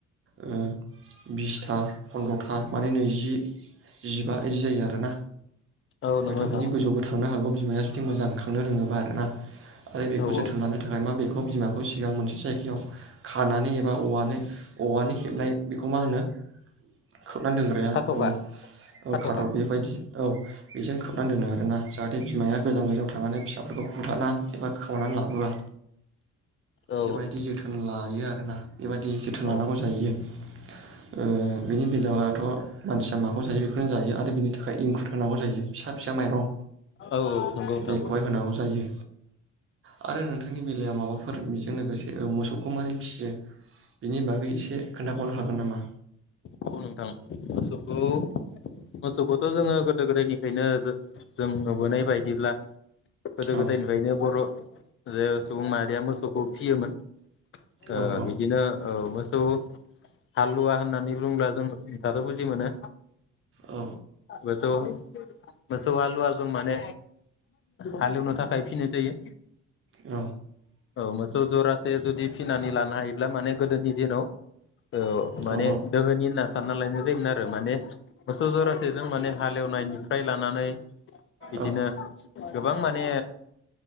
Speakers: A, on the right; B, on the left.
A: ओ बिसथा फन्द्र था माने नैजि जिबा इदि जायो आरोना
B: औ औ नंगौ
A: हयथ'
B: नोंथां
A: बिनि गोजौ आवबो थांनो हागौ बिमाया जुदि मोजां खांनो रोङोबा आरो ना। आरो बेखौ
B: औ
A: जोथोन
B: औ
A: लानो थाखाय मा बेखौ बिमाखौ सिगां मोनसे जायगायाव खा खानानै एबा औवानो औवानि हेबनाय बेखौ मा होनो खोबना दोनग्राया
B: खाथ'खा
A: ओ
B: खाथ'खा
A: औ खाथ'र बेबायदि औ बेजों खोबनानै दोनो आरोना। जाहाथे बिमाया गोजान गोजान थांनानै फिसा फोरखौ बुथारा एबा खावनानै लाहोआ,
B: औ
A: बेबायदि जोथोन लायो आरोना बेबायदि जोथोन
B: औ
A: लानांगौ जाहैयो। ओ बिनि बेलाया वाथ' मानसि माखौ जायो बेखौनो जायो आरो बेनि थाखाय इंखुर होनांगौ जायो फिसा फिसा माइरं
B: औ औ नंगौ नोंथां
A: बेखौ हाय होनांगौ जायो। आरो नोंथांनि बेलायाव माबाफोर बेजों लोगोसे मोसौखौ मारै फियो? बिनि बागै एसे खोन्था बावनो हागोन नामा?
B: औ नोंथां मोसौखौ मोसौ खौथ' जोङो गोदो गोदायनि फ्रायनो जों नुबोनाय बायदिब्ला गोदो
A: औ
B: गोदयनिफायनो बर' जे सुबुं माहारिया मोसौखौ फियोमोन। ओ
A: औ औ
B: बिदिनो औ मोसौ हालुवा होन होननानै बुंब्ला जों <unintelligible> बु जि मोनो?
A: औ
B: बेथ' मोसौ हालुवा जों माने हालेवनो थाखाय फिनाय जायो।
A: औ
B: औ मोसौ जरासे जुदि फिनानै लानो हायोब्ला माने गोदोनि जेन' औ माने
A: औ
B: नि होनना सानना लायनाय जायोमोन आरो माने मोसौ जरासे जों माने हालेवनायनिफ्राय लानानै बिदिनो
A: औ
B: गोबां माने